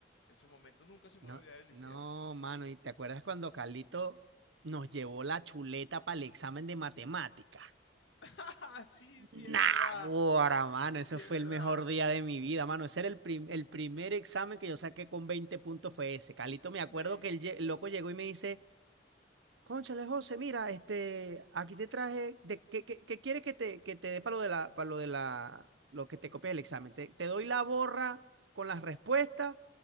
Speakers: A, on the left; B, on the right.
A: En esos momentos nunca se me
B: No,
A: va a olvidar el liceo.
B: no, mano, ¿y te acuerdas cuando Carlito nos llevó la chuleta para el examen de matemáticas?
A: <laughs> sí, sí,
B: Nah,
A: es verdad!
B: ahora, mano, ese
A: Sí,
B: fue
A: es verdad.
B: el mejor día de mi vida, mano. Ese era el, prim- el primer examen que yo saqué con 20 puntos fue ese. Carlito, me acuerdo
A: Sí.
B: que el, lle- el loco llegó y me dice, Cónchale, José, mira, este, aquí te traje, de, ¿qué, qué- qué quieres que te, que te dé para lo de la, para lo de la, lo que te copias el examen? Te, te doy la borra con las respuestas